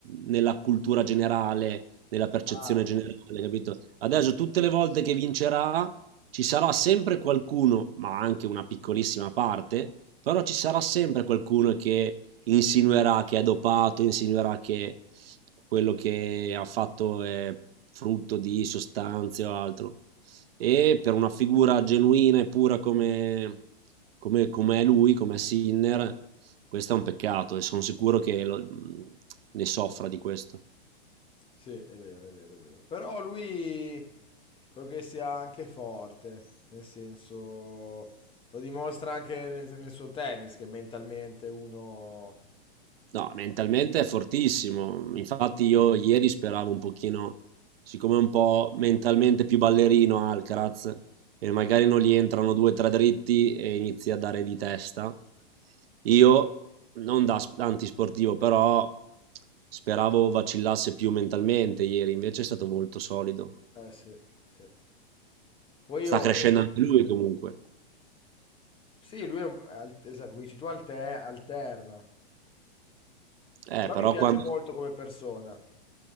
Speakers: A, on the right; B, on the left.
A: nella cultura generale, nella percezione
B: Ah,
A: generale,
B: sì.
A: capito? Adesso tutte le volte che vincerà ci sarà sempre qualcuno, ma anche una piccolissima parte, però ci sarà sempre qualcuno che insinuerà che è dopato, insinuerà che quello che ha fatto è frutto di sostanze o altro. E per una figura genuina e pura come, come, come è lui, come è Sinner, questo è un peccato e sono sicuro che lo- ne soffra di questo.
B: Sì, è vero, è vero, è vero. Però lui credo che sia anche forte, nel senso... Lo dimostra anche nel, nel suo tennis, che mentalmente uno
A: No, mentalmente è fortissimo. Infatti io ieri speravo un pochino, siccome è un po' mentalmente più ballerino Alcaraz, e magari non gli entrano due o tre dritti e inizia a dare di testa. Io, non da sp- antisportivo, però speravo vacillasse più mentalmente ieri, invece è stato molto solido.
B: Eh sì, sì. Poi
A: Sta
B: io...
A: crescendo
B: eh,
A: anche lui comunque.
B: Sì, lui è un- al- esatto, come dici tu, alte- alterna.
A: Eh,
B: Però
A: però
B: mi piace
A: quando
B: molto come persona.